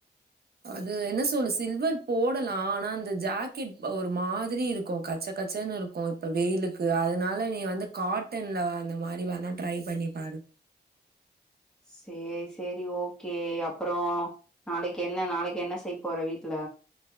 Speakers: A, on the right; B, in the centre.
A: அது என்ன சொல்லு சில்வர் போடலா ஆனா இந்த ஜாக்கெட் ஒரு மாதிரி இருக்கு கச்ச கச்சன்னு இரு க்கு இப்ப வெயிலுக்கு அதனால நீ வந்து காட்டன்ல அந்த மாரி வேணா ட்ரை பண்ணி பாரு
B: சேரி சேரி ஓகே அப்றோ நாளைக்கு என்ன நாளைக்கு என்ன செய் போற வீட்ல